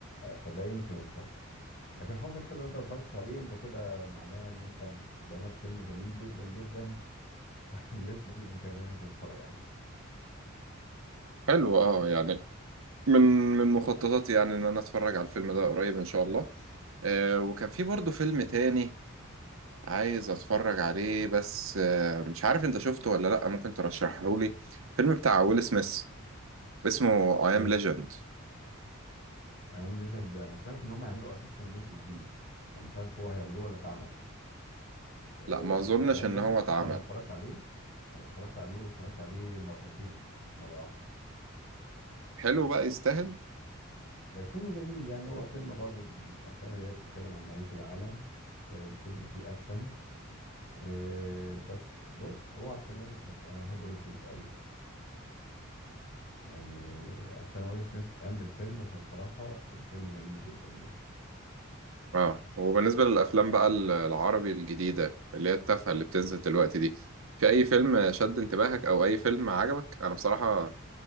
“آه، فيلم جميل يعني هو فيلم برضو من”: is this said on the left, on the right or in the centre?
Left